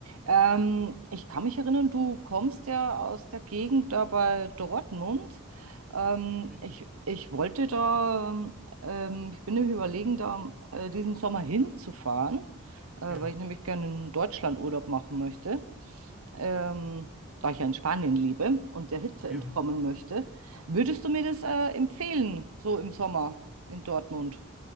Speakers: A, on the right; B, in the centre.
A: Ähm, ich kann mich erinnern, du kommst ja aus der Gegend da bei Dortmund. Ähm,
B: Richtig.
A: ich, ich wollte da, ähm, ich bin nämlich überlegen, da äh, diesen Sommer hinzufahren, äh,
B: Ja,
A: weil ich nämlich gerne in Deutschland Urlaub machen möchte, ähm, da ich ja in Spanien lebe und der Hitze
B: ja.
A: entkommen möchte. Würdest du mir das äh, empfehlen, so im Sommer in Dortmund?